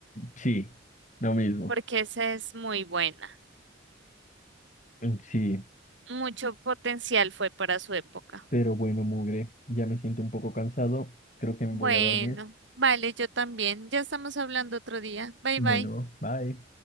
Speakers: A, on the left; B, on the right.
A: Sí, lo mismo.
B: porque esa es muy buena.
A: mm, Sí,
B: Mucho potencial fue para su época.
A: pero bueno, mugre. Ya me siento un poco cansado. Creo que me
B: Bueno,
A: voy a dormir.
B: vale, yo también. Ya estamos hablando otro día. Bye
A: Bueno,
B: bye.
A: bye.